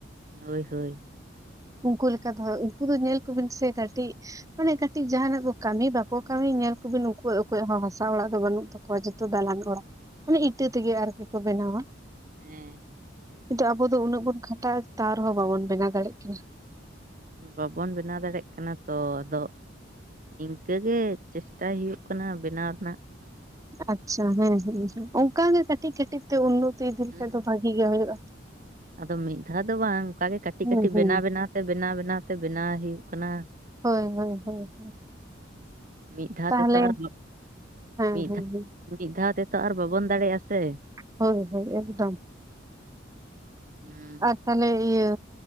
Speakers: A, on the right; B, on the right.
A: ᱦᱳᱭ ᱦᱳᱭ
B: ᱩᱱᱠᱩ ᱞᱮᱠᱟ ᱫᱚ ᱩᱱᱠᱩ ᱫᱚ ᱧᱮᱞ ᱠᱚᱵᱤᱱ ᱥᱮ ᱠᱟᱹᱴᱤᱡ ᱢᱟᱱᱮ ᱠᱟᱹᱴᱤᱡ ᱡᱟᱦᱟᱱᱟᱜ ᱠᱚ ᱠᱟᱹᱢᱤ ᱵᱟᱠᱚ ᱠᱟᱹᱢᱤ ᱧᱮᱞ ᱠᱚᱵᱤᱱ ᱩᱱᱠᱩ ᱚᱠᱚᱭ ᱦᱚᱸ ᱦᱟᱥᱟ ᱚᱲᱟᱜ ᱫᱚ ᱵᱟᱹᱱᱩᱜ ᱛᱟᱠᱚᱣᱟ ᱡᱚᱛᱚ ᱫᱟᱞᱟᱱ ᱚᱲᱟᱜ ᱢᱟᱱᱮ ᱤᱴᱟᱹ ᱛᱮᱜᱮ ᱟᱨᱠᱤ ᱠᱚ ᱵᱮᱱᱟᱣᱟ
A: ᱦᱮᱸ
B: ᱠᱤᱱᱛᱩ ᱟᱵᱚ ᱫᱚ ᱩᱱᱟᱹᱜ ᱵᱚᱱ ᱠᱷᱟᱴᱟᱜᱼᱟ ᱛᱟᱣ ᱨᱮᱦᱚᱸ ᱵᱟᱵᱚᱱ ᱵᱮᱱᱟᱣ ᱫᱟᱲᱮᱭᱟᱜ ᱠᱟᱱᱟ
A: ᱵᱟᱵᱚᱱ ᱵᱮᱱᱟᱣ ᱫᱟᱲᱮᱭᱟᱜ ᱠᱟᱱᱟ ᱛᱚ ᱟᱫᱚ ᱤᱱᱠᱟᱹ ᱜᱮ ᱪᱮᱥᱴᱟᱭ ᱦᱩᱭᱩᱜ ᱠᱟᱱᱟ ᱵᱮᱱᱟᱣ ᱨᱮᱱᱟᱜ
B: ᱟᱪᱪᱷᱟ ᱦᱮᱸ ᱦᱮᱸᱸ ᱚᱱᱠᱟᱜᱮ ᱠᱟᱹᱴᱤᱡ ᱠᱟᱹᱴᱤᱡ ᱛᱮ ᱩᱱᱱᱚᱛᱤ ᱤᱫᱤ ᱞᱮᱠᱷᱟᱡ
A: ᱦᱩᱸ
B: ᱫᱚ ᱵᱷᱟᱜᱤ ᱜᱮ ᱦᱩᱭᱩᱜᱼᱟ
A: ᱟᱫᱚ ᱢᱤᱫ ᱫᱷᱟᱣ ᱫᱚ ᱵᱟᱝ ᱚᱱᱠᱟᱜᱮ ᱠᱟᱹᱴᱤᱡ
B: ᱦᱩᱸ
A: ᱠᱟᱹᱴᱤᱡ
B: ᱦᱩᱸ
A: ᱵᱮᱱᱟᱣ ᱵᱮᱱᱟᱣᱛᱮ ᱵᱮᱱᱟᱣ ᱵᱮᱱᱟᱣᱛᱮ ᱵᱮᱱᱟᱣ ᱦᱩᱭᱩᱜ ᱠᱟᱱᱟ
B: ᱦᱳᱭ ᱦᱳᱭ ᱦᱳᱭ
A: ᱢᱤᱫ ᱫᱷᱟᱣ
B: ᱛᱟᱦᱚᱞᱮ
A: ᱛᱮᱫᱚ ᱟᱨ
B: ᱦᱮᱸ
A: ᱢᱤᱫ
B: ᱦᱮᱸ
A: ᱫᱷᱟᱣ
B: ᱦᱮᱸ
A: ᱢᱤᱫ ᱫᱷᱟᱣ ᱛᱮᱫᱚ ᱟᱨ ᱵᱟᱵᱚᱱ ᱫᱟᱲᱮᱭᱟᱜᱼᱟ ᱥᱮ
B: ᱦᱳᱭ ᱦᱳᱭ ᱮᱠᱫᱚᱢ
A: ᱦᱩᱸ
B: ᱟᱨ ᱛᱟᱦᱚᱞᱮ ᱤᱭᱟᱹ